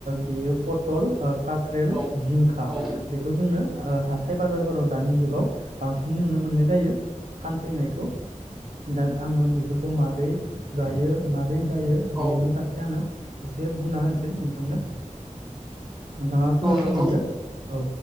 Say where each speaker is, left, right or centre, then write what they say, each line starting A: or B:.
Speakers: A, on the right; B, on the right.
A: बेयो पटल काख्रेल
B: औ
A: जिंखा
B: औ
A: बेखौ जोंनो ओ हाथाय बाजारफोराव दानि जुगाव बांसिन नुनो मोननाय जायो फानफैनायखौ दा आङो बे बेखौ मारै गायो मारै जायो
B: औ
A: बेनि फारसे आङो एसे बुंना होनोसै नोंथांनो नोंथाङा खोनासंलांदो
B: औ नंगौ
A: औ